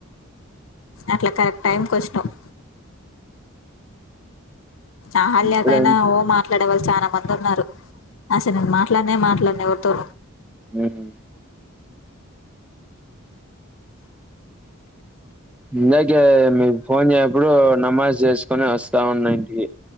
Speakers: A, on the left (about 70°); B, in the centre.
A: అట్లా కరెక్ట్ టైంకొచ్చినవ్ అహాల్యాకైనా
B: ఇప్పుడే
A: ఓ మాట్లాడేవాళ్ళు చానా మంద్ టున్నారు అసల్ నేన్ మాట్లాడ్నే మాట్లాడ్ను ఎవర్తో
B: మ్మ్ ఇందాకే మీ ఫోన్ జేయపుడు నమాజ్ జేస్కొని వొస్తా ఉన్న ఇంటికి